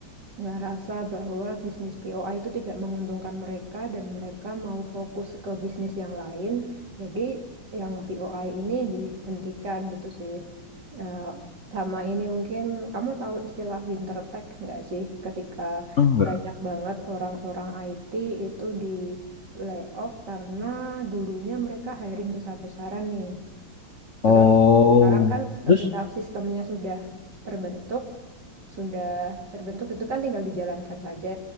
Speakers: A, on the right (about 50°); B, on the left (about 45°).
A: nggak rasa bahwa bisnis POI itu tidak menguntungkan mereka dan mereka mau fokus ke bisnis yang lain. Jadi yang POI ini dihentikan gitu sih. Eh, sama ini mungkin kamu tahu istilah winter tech nggak sih? Ketika
B: Enggak.
A: banyak banget orang-orang IT itu di layoff karena dulunya mereka hiring besar-besaran nih. Terus
B: Oh,
A: sekarang kan
B: terus?
A: ketika sistemnya sudah terbentuk, sudah terbentuk itu kan tinggal dijalankan saja.